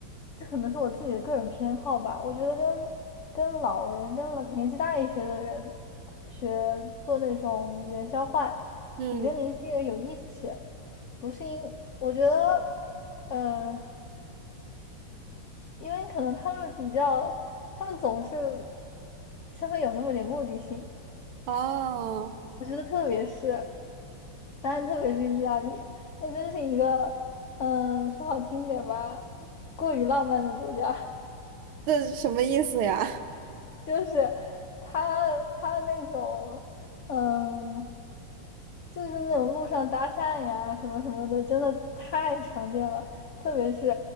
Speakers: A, on the left; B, on the right.
A: 这可能是我自己的个人偏好吧。我觉得跟跟老人、跟老年纪大一些的人学做那种语言交换，
B: 嗯，
A: 比跟年轻人有意思些。不是因，我觉得，嗯、呃因为可能他们比较，他们总是稍微有那么点目的性。
B: 哦，
A: 我觉得特别是，当然特别是意大利，那真是一个，嗯，说好听点吧，过于浪漫的国家。
B: 这是什么意思呀？<laughs>
A: <laughs> 就是他他那种，嗯，就是那种路上搭讪呀什么什么的，真的太常见了。特别是